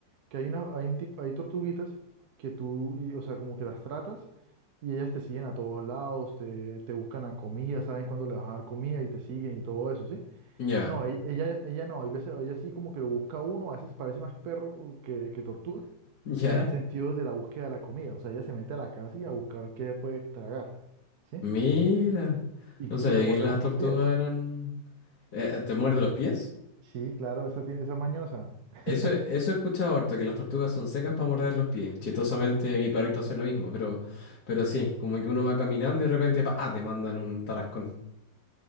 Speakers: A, on the right; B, on the left.
A: Que hay una, hay un tipo, hay tortuguitas que tú, y- o sea, como que las tratas y ellas te siguen a todos lados, te, te buscan la comida, saben cuándo le vas a dar comida y te siguen y todo eso, ¿sí?
B: Ya,
A: No, e- ella, ella no, hay veces, ella sí como que lo busca a uno, a veces parece más perro que, que tortuga,
B: ya.
A: en el sentido de la búsqueda de la comida, o sea, ella se mete a la casa y a buscar qué puede tragar, ¿sí?
B: Mira.
A: Incluso
B: No sabía
A: le
B: que
A: muerde
B: las
A: a uno
B: tortugas
A: los pies.
B: eran... eh, ¿te muerde los pies?
A: Sí, claro, esa tiene esa mañosa. <laughs>
B: Eso, eso he escuchado harto, que las tortugas son secas para morder los pies. Chistosamente, mi perrito hace lo mismo, pero, pero sí, como que uno va caminando y de repente, pa, ah, te mandan un tarascón.